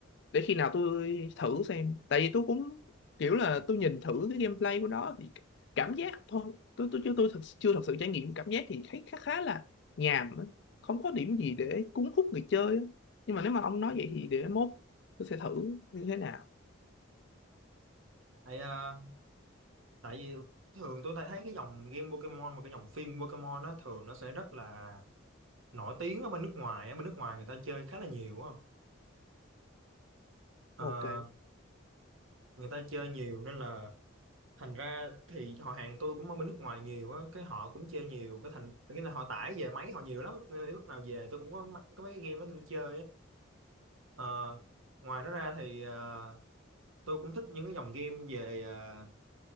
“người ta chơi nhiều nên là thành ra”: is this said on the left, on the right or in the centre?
Right